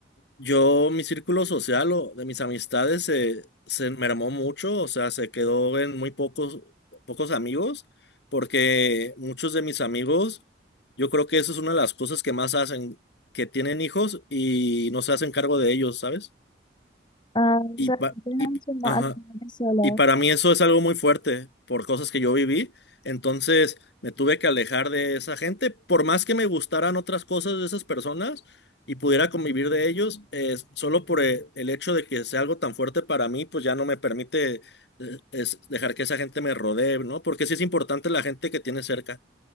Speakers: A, on the left; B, on the left.
A: yo, mi círculo social o de mis amistades se, se mermó mucho, o sea, se quedó en muy pocos, pocos amigos, porque muchos de mis amigos, yo creo que eso es una de las cosas que más hacen, que tienen hijos y no se hacen cargo de ellos, ¿sabes?
B: Ah,
A: Y,
B: o sea,
A: pa-
B: dejan
A: y,
B: eso más
A: ajá,
B: a las mujeres solas.
A: y para mí eso es algo muy fuerte por cosas que yo viví. Entonces me tuve que alejar de esa gente. Por más que me gustaran otras cosas de esas personas y pudiera convivir de ellos, eh, solo por eh, el hecho de que sea algo tan fuerte para mí, pues ya no me permite eh, es dejar que esa gente me rodee, ¿no? Porque sí es importante la gente que tiene cerca.